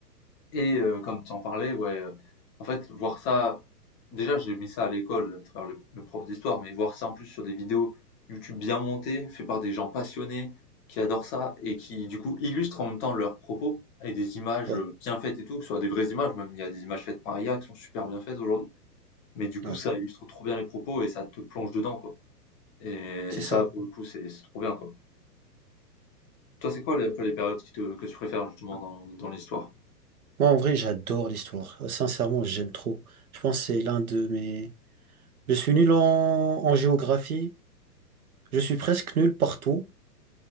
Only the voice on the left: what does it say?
et heu, comme tu en parlais, ouais, heu, en fait, voir ça déjà, j'ai mis ça à l'école à travers le le prof d'histoire, mais voir ça en plus sur des vidéos YouTube bien montées, faites par des gens passionnés qui adorent ça et qui, du coup, illustrent en même temps leurs propos avec des images,
heu, bien faites et tout, que ce soit des vraies images, même il y a des images faites par IA qui sont super bien faites aujourd'hui, mais du coup,
ça illustre trop bien les propos et ça te plonge dedans, quoi. Et,
et ça,
pour le coup, c'est c'est trop bien, quoi. Toi, c'est quoi les, un peu les périodes qui te- que tu préfères justement dans, dans l'histoire?